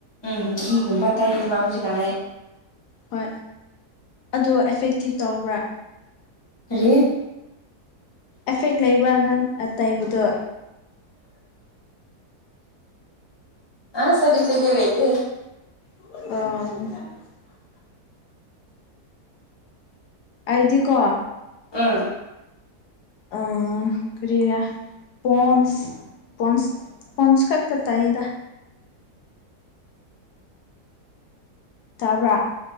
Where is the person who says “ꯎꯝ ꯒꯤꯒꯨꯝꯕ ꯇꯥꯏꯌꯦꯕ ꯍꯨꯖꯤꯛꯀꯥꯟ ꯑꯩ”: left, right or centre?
Left